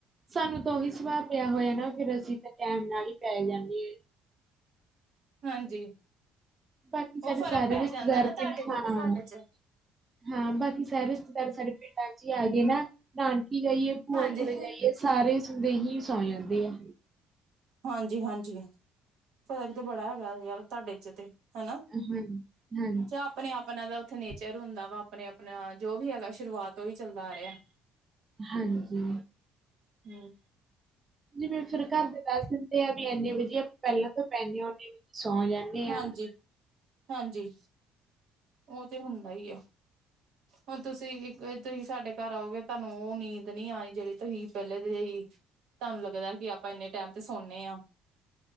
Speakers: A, on the right (about 30°); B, on the right (about 70°).
A: ਸਾਨੂੰ ਤਾਂ ਉਹੀ ਸੁਭਾਅ ਪਿਆ ਹੋਇਆ ਨਾ ਫਿਰ ਅਸੀਂ ਤਾਂ ਟੈਮ ਨਾਲ ਹੀ ਪੈ ਜਾਂਦੇ ਹ
B: ਹਾਂਜੀ
A: ਬਾਕੀ
B: ਉਹ
A: ਸਾਡੇ
B: ਫ਼ਰਕ
A: ਸਾਰੇ
B: ਪੈ
A: ਰਿਸ਼ਤੇਦਾਰ
B: ਜਾਂਦਾ ਨਾ ਤੁਹਾਡੇ
A: ਪਿੰਡ
B: ਚ
A: ਖਾਣਾ
B: ਤੇ ਸਾਡੇ
A: ਹਾਂ
B: ਚ
A: ਹਾਂ ਬਾਕੀ ਸਾਰੇ ਰਿਸ਼ਤੇਦਾਰ ਸਾਡੇ ਪਿੰਡਾਂ ਚ ਹੀ ਆ ਗਏ ਨਾ ਨਾਨਕੀ ਜਾਈਏ ਭੂਆ
B: ਹਾਂਜੀ
A: ਕੋਲੇ ਜਾਈਏ ਸਾਰੇ ਸੁਣਦੇ ਹੀ ਸੌਂ ਜਾਂਦੇ ਆ
B: ਹਾਂਜੀ ਹਾਂਜੀ ਪਤਾ ਕਿਤੇ ਬੜਾ ਹੈਗਾ ਯਾਰ ਤੁਹਾਡੇ ਚ ਤੇ ਹਨਾ
A: ਹਮ ਹਮ
B: ਜਾਂ ਆਪਣੇ ਆਪਣਾ ਦਾ ਉੱਥੇ ਨੇਚਰ ਹੁੰਦਾ ਵਾ ਆਪਣੇ ਆਪਣਾ ਜੋ ਵੀ ਹੈਗਾ ਸ਼ੁਰੂਆਤ ਉਹਹੀ ਚੱਲਦਾ ਆ ਰਿਹਾ। <inaudible>
A: ਹਾਂਜੀ
B: ਹਮ
A: ਜਿਵੇਂ ਫਿਰ ਘਰ ਦੇ ਦੱਸ ਦਿੰਦੇ ਆ ਵੀ ਇੰਨੇ ਵਜੇ ਆਪਾਂ ਪਹਿਲਾਂ ਤੋਂ ਪੈਂਨੇ ਨੇ ਵਜੇ ਸੌਂ ਜਾਂਦੇ
B: ਹਾਂਜੀ
A: ਆ।
B: ਹਾਂਜੀ ਉਹ ਤੇ ਹੁੰਦਾ ਹੀ ਆ ਹੁਣ ਤੁਸੀਂ ਇੱਕ ਤੁਸੀਂ ਸਾਡੇ ਘਰ ਆਓਗੇ ਤੁਹਾਨੂੰ ਉਹ ਨੀਂਦ ਨਹੀਂੀ ਆਈ ਜਿਹੜੀ ਤੁਸੀਂ ਪਹਿਲੇ ਦੀ ਤੁਹਾਨੂੰ ਲੱਗਦਾ ਕਿ ਆਪਾਂ ਇੰਨੇ ਟਾਈਮ ਤੇ ਸੌੇ ਹਾਂ